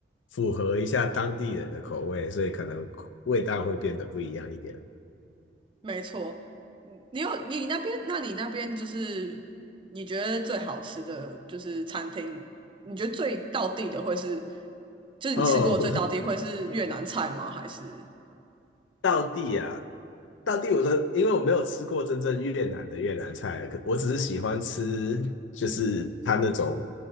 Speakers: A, on the left; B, on the right.
A: 符合一下当地人的口味，所以可能味道会变得不一样一点。
B: 没错，嗯你有你那边，那你那边就是你觉得最好吃的就是餐厅，你觉得最到地的会是，就是你吃过最到地会是越南菜吗？
A: 哦，
B: 还是
A: <laughs> 道地啊，道地，我说，因为我没有吃过真正越南的越南菜，可我只是喜欢吃，就是它那种